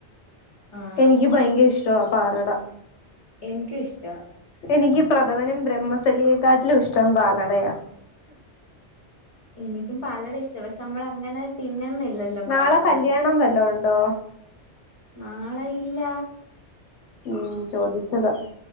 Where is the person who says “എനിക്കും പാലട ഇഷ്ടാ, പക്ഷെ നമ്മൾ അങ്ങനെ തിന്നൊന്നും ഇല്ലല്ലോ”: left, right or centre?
Left